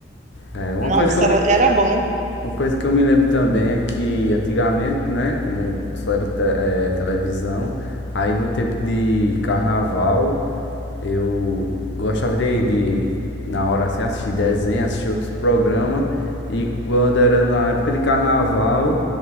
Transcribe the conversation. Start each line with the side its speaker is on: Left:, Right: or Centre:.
Left: É, uma
Right: Nossa,
Left: coisa que eu me,
Right: era, era bom.
Left: Uma coisa que eu me lembro também é que antigamente, né, como só era te- eh, televisão, aí no tempo de carnaval eu gostava de, de na hora assim, assistir desenho, assistir outros programas, e quando era na época de carnaval,